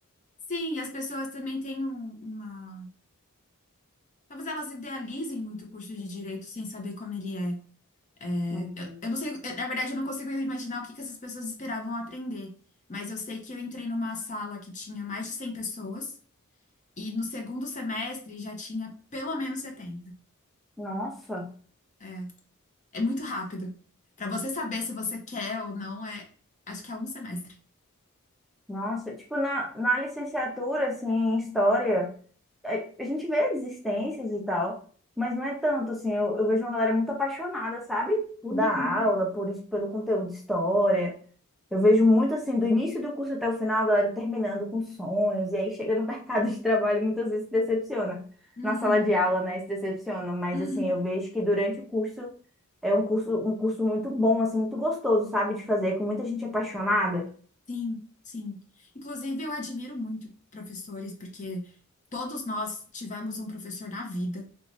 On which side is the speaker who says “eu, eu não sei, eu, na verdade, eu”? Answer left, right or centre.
Left